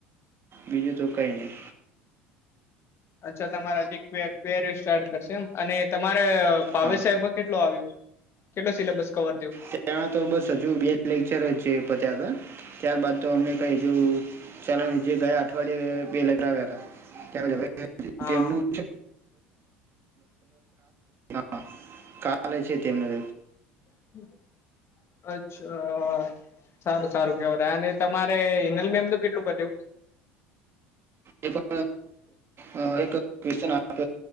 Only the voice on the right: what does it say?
બીજું તો કઈ નહી
હા
ત્યા તો બસ હજુ બે લેક્ચર છે પત્યા હતા ત્યારબદ તો અમને કંઇ હજુ ચ જે ગયા અઠવાડિયે બે લગ આવ્યા હતા ત
તેમનું <inaudible> કાલે છે તેમનું
એક્ <inaudible> આપ